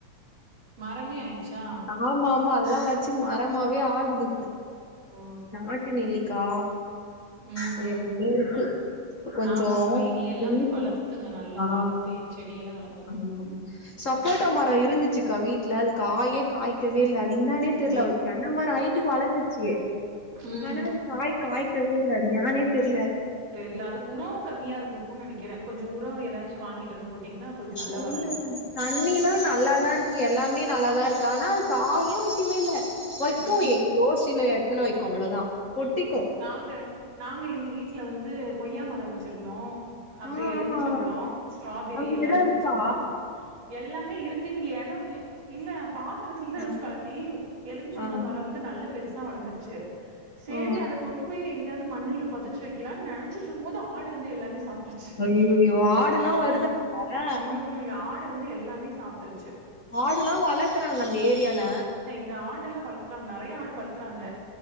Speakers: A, on the right (about 55°); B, on the left (about 40°).
A: மரமே ஆயிர்ச்சா
B: ஆமா ஆமா அதெல்லா வெச்சு மரமாவே ஆகுது
A: ஓ!
B: நாட்டு நெல்லிக்கா
A: ம்,
B: அது
A: ம்.
B: எல்லாமே இருக்கு இப்ப கொஞ்சோ
A: ஆமா, ஆமா. இனி
B: <unintelligible>
A: எல்லாமே வளர்த்துங்க. நல்லா
B: ஆ
A: வளர்த்து செடியெல்லாம் வளர்த்தணும்.
B: ஆமா சப்போட்டா மரோ இருந்துச்சுக்கா வீட்ல அது காயே காய்க் கவேயில்ல அது இன்னானே தெர்ல
A: ஓ!
B: தென்னமரோ ஐட்டுக்கு வளந்துச்சு
A: ம்.
B: ஆனா அது காய் காய்க்கவே இல்ல அது ஏனே தெர்ல
A: தெர்ல அதுக்கு உரோ கம்மியா இருந்துருக்கு நனைக்கற கொஞ்சோ உரோ ஏதாச்சு வாங்கிட்டு வந்து போட்டீங்கன்னா, கொஞ்சம் நல்லா
B: தெர்லங்க
A: வளரும்.
B: தண்ணிலா நல்லாதா இருக்கு எல்லாமே நல்லாதா இருக்கு ஆனா அது காயு வெக்கவே இல்ல வைக்கும்
A: ம்.
B: எங்கோ சில எடத்துல வைக்கு அவ்ளோதா கொட்டிக்கு
A: நாங்க நாங்க எங்க வீட்ல வந்து கொய்யா மரோ வச்சிருந்தோ அப்புறோ
B: ஆ
A: எலுமிச்சம்பழோ
B: ஆ
A: ஸ்ட்ராபெரி
B: அங்க
A: எல்லாமே
B: எடோ இருக்கா
A: வச்சிருந்தோ எல் எல்லாமே இருக்கு இங்க எடோ இல்ல பா த்துறத்துல தா
B: ஆ
A: வச்சு வளத்தி எலுச்சம்பழம்
B: ஆ
A: மரோ வந்து நல்ல பெருசா வளர்ந்துருச்சு சேரி
B: ஆ ஆ.
A: அத கொண்டு போய் எங்காவது மண்ணுல பொதச்சு வைக்கலான் நெனச்சிட்ருக்கும் போது ஆடு வந்து எல்லாமே சாப்
B: ஐயையோ ஆடுல்லா
A: ஆமா
B: வருதாங்க
A: ம் ஆடு வந்து எல்லாமே சாப்ட்டுருச்சு
B: ஆடுல்லா வளர்க்கறாங்க அந்த ஏரியால
A: அந்த ஆடெல்லா வள த்றாங்க நறைய ஆடு வளர்த்தறாங்க